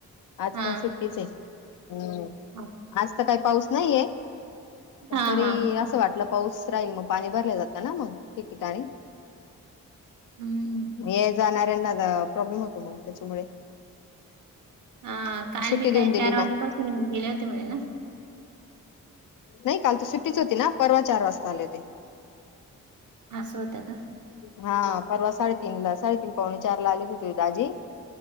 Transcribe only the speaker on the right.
हा
हा
हा
हा.
हम्म
अं काल
बी
काय
चार वाजेपासून
येऊन गेले होते म्हणे न?
असं होतं का?